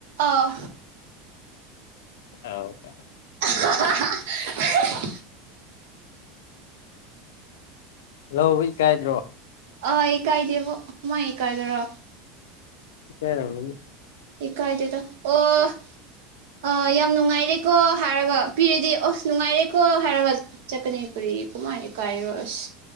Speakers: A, on the right (about 80°); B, on the left (about 85°).
A: ꯑꯥ
B: ꯑꯧ ꯀꯥꯏ
A: ꯑꯍ ꯍꯥ ꯍꯥ ꯑꯍ ꯍꯥꯍꯥ
B: ꯂꯧꯕ ꯏꯀꯥꯏꯗ꯭ꯔꯣ
A: ꯑꯥ ꯑꯩ ꯀꯥꯏꯗꯦꯕꯣ ꯀꯃꯥꯏ ꯀꯥꯏꯗ꯭ꯔꯣ
B: <unintelligible>
A: ꯏ ꯀꯥꯏꯗꯦꯗ ꯑꯣ ꯑꯥ ꯌꯥꯝ ꯅꯨꯡꯉꯥꯏꯔꯦꯀꯣ ꯍꯥꯏꯔꯒ ꯄꯤꯔꯗꯤ ꯑꯣꯁ ꯅꯨꯡꯉꯥꯏꯔꯦꯀꯣ ꯍꯥꯏꯔꯒ ꯆꯠꯀꯅꯤ ꯀꯃꯥꯏ ꯏꯀꯥꯏꯔꯣ ꯑꯁ